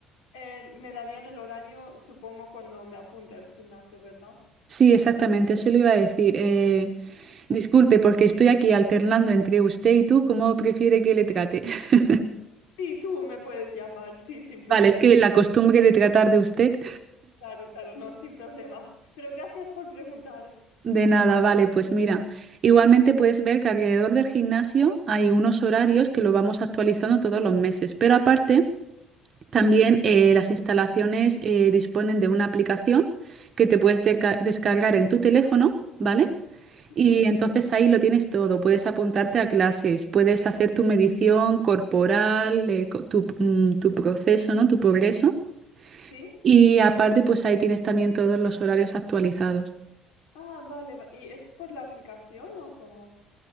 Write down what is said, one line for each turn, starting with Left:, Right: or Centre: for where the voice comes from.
Left: eh, me darían el horario, supongo, cuando me apunte al gimnasio, ¿verdad?
Right: sí, exactamente, eso le iba a decir. Eh, disculpe, porque estoy aquí alternando entre usted y tú, ¿cómo prefiere que le trate? <laughs>
Left: Sí, tú me puedes llamar, sí, sin problema.
Right: Vale, es que la costumbre de tratar de usted,
Left: Claro, claro, no, sin problema. Pero gracias por preguntar.
Right: de nada, vale, pues mira, igualmente puedes ver que alrededor del gimnasio hay unos horarios que lo vamos actualizando todos los meses, pero aparte... También
Left: Ujú,
Right: eh, las instalaciones eh, disponen de una aplicación que te puedes deca- descargar en tu teléfono, ¿vale?
Left: ujú.
Right: Y entonces ahí lo tienes todo. Puedes apuntarte a clases, puedes hacer tu medición corporal, eh, co- tu, mm, tu proceso, ¿no? Tu progreso.
Left: ¿Sí?
Right: Y aparte, pues ahí tienes también todos los horarios actualizados.
Left: Ah, vale. va- ¿Y es por la aplicación o cómo?